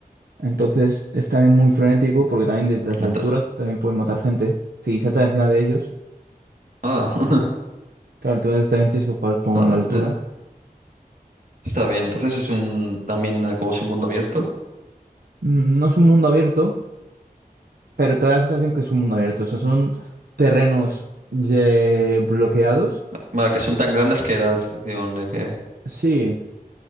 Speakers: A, on the right; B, on the right.
A: Entonces es también muy frenético porque también desde las
B: Ento-
A: alturas también puedes matar gente. Si saltas encima de ellos,
B: ah, <laughs>
A: claro, entonces también tienes que jugar con
B: ah,
A: la altura.
B: eh, está bien. Entonces es un también eh, como su mundo abierto.
A: Mm, No es un mundo abierto, pero te da la sensación que es un mundo abierto. O sea, son terrenos ye- bloqueados.
B: Vale, que son tan grandes que da la sensación de que
A: Sí,